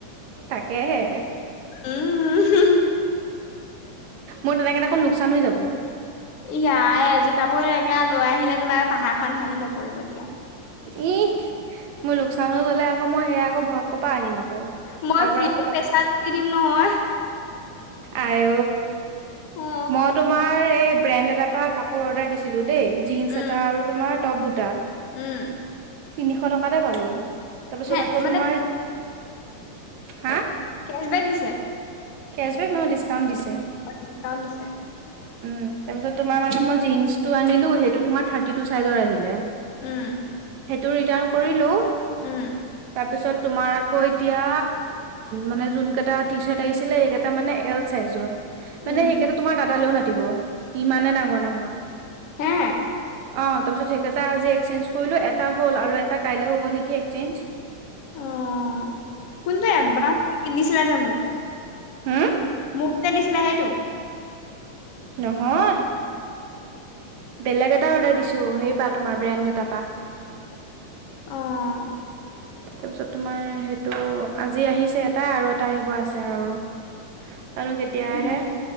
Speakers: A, on the right (about 70°); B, on the left (about 60°).
A: তাকেহে।
B: উম। <unintelligible>
A: মোৰ তেনেকেই দেখোন লোকচান হৈ যাব।
B: ইয়াই এযোৰ কাপোৰ একে লৈ আহিলে তোমাৰ পাহাৰ খন ভাঙি নপৰিব দিয়া।
A: ই মোৰ লোকচান হৈ গ'লে, আকৌ মই সেয়াাই আকৌ ভয় কৰ পৰা আনিম আকৌ।
B: মই
A: তাৰ পৰা
B: ফ্ৰী
A: ক'ৰ
B: পেচাদি দিম নহয়।
A: আ অই
B: অ
A: মই তোমাৰ এই ব্ৰেণ্ড এটা পৰা কাপোৰ অৰ্ডাৰ দিছিলো দেই জীন্চ
B: উম
A: এটা আৰু তোমাৰ টপ দুটা
B: উম
A: তিনিশ টকাতে পালো। তাৰপিছত
B: হে
A: আকৌ
B: মানে
A: তোমাৰ হা
B: কেচ বেক দিছে।
A: কেচবেক নহয়, ডিছকাউণ্ট দিছে।
B: অ' ডিকাউণ্ট দিছে।
A: উম, তাৰ পিছত তোমাৰ মানে মই জিনন্চটো আনিলো সেইটো তোমাৰ থাৰ্টি টু চাইজৰ আহিলে।
B: উম
A: হেইটো ৰিটাৰ্ণ কৰিলো।
B: উম।
A: তাৰ পিছত তোমাৰ আকৌ এতিয়া মানে যোন কেইটা টি চাৰট আহিছে। ছিলে এইকেইটা মানে এল চাইজৰ
B: উম
A: মানে সেইকেইটা তোমাৰ দাদালেও না ব ইমানে ডাঙৰ ডাঙৰ।
B: হ'ম।
A: অ' তাৰপিছত সেইকেইটা আজি এক্সচেঞ্জ কৰিলো এটা হ'ল আৰু এটা কাইলৈ হ'ব নেকি এক্সেঞ্জ।
B: অ' কোনটো এব্বাহ পিন্ধিছিলা যে মোক।
A: হ'ম।
B: মোক যে দিছিলা সেইটো।
A: নহয়। বেলেগ এটা অৰ্ডাৰ দিছো হেই পা তোমাৰ ব্ৰেণ্ড এটা পা।
B: অ'
A: তাৰপিছত তোমাৰ সেইটো আজি আহিছে এটা আৰু এটা আহিব আছে আৰু।
B: <inaudible>
A: আৰু যেতিয়া
B: উম
A: আহে।